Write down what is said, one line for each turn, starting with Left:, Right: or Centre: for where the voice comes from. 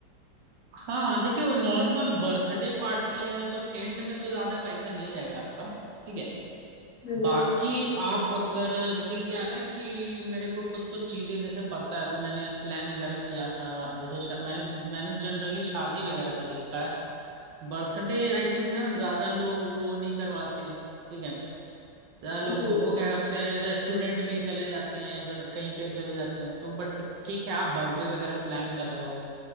Right: हाँ हाँ देखिए वो नॉर्मल बर्थडे पार्टी है तो टेंट में तो ज्यादा पैसा नहीं जाएगा आपका ठीक है
Left: जी
Right: बाकी आप अगर जैसे कि क्या है ना कि मेरे को कुछ कुछ चीजें जैसे पता है अभी मैंने प्लान वगैरह किया था जैसे शा, मैंने मैंने जनरली शादी वगैरह का देखा है बर्थडे आई थिंक ना ज्यादा लोग वो नहीं करवाते ठीक है ज्यादा लोग
Left: जी
Right: वो
Left: जी
Right: क्या करते हैं रेस्टोरेंट में ही चले जाते हैं या फिर कहीं पे ही चले जाते हैं तो बट ठीक है आप बर्थडे वगैरह प्लान कर रहे हो